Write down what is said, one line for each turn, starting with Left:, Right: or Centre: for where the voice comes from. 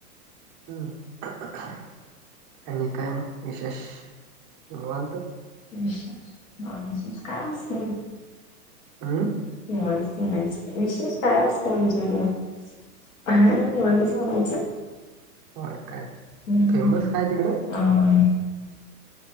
Right: हम् <unintelligible> आणि काय मग विशेष निवांत
Left: विशेष नॉन विशेष काय असतय.
Right: हमं
Left: <unintelligible> विशेष काय असतय आमच्या घरात हाय हे निवानीच म्हणायचं.
Right: होय काय
Left: हम्म.
Right: फेमस काय तिकडं
Left: अ <unintelligible>